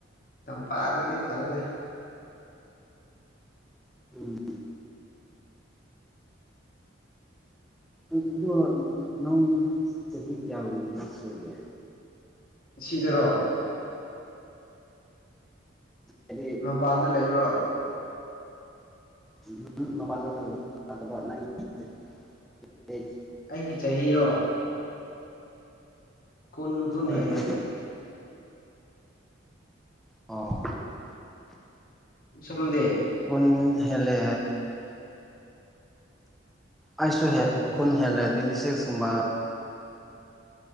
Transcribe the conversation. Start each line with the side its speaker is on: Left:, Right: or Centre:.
Left: ꯇꯝꯄꯥꯛꯇꯗꯤ ꯇꯜꯂꯦ
Centre: ꯎꯝ ꯑꯗꯣ ꯅꯪ ꯆꯍꯤ ꯀꯌꯥꯒꯨꯝꯕ ꯁꯨꯔꯒꯦ
Left: ꯁꯤꯗꯔꯣ
Centre: ꯍꯥꯏꯗꯤ
Left: ꯃꯄꯥꯟꯗ ꯂꯩꯕ꯭ꯔꯣ
Centre: <unintelligible>
Left: ꯑꯩꯒꯤ ꯆꯍꯤꯔꯣ ꯀꯨꯟ ꯀꯨꯟ
Centre: ꯍꯣꯏ
Left: ꯍꯦꯜꯂꯦ
Centre: ꯍꯣꯏ ꯑꯣ
Left: ꯁꯨꯝꯗꯦ
Centre: ꯀꯣꯟ ꯍꯦꯂꯦ ꯑꯩꯁꯨ ꯀꯨꯟ ꯍꯦꯜꯂꯦ ꯇ꯭ꯋꯦꯟꯇꯤ ꯁꯤꯛꯁ ꯀꯨꯝꯕ